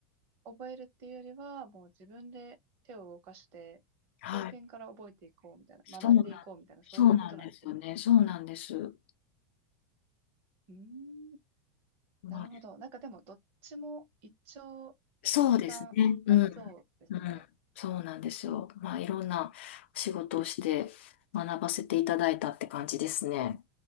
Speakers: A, on the right; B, on the left.
A: 覚えるっていうよりは、もう自分で手を動かして、
B: はい。
A: 経験から覚えていこうみたいな、
B: そうなん、
A: 学んでいこうみたいな、
B: そうなんですよね。
A: そういうことなんですね。
B: そうなんです。
A: うーん、
B: まあ、
A: なるほど。なんかでも、どっちも一長一短ありそうですね。
B: そうですね。うん。うん。そうなんですよ。まあ、いろんなお仕事をして学ばせていただいたって感じですね。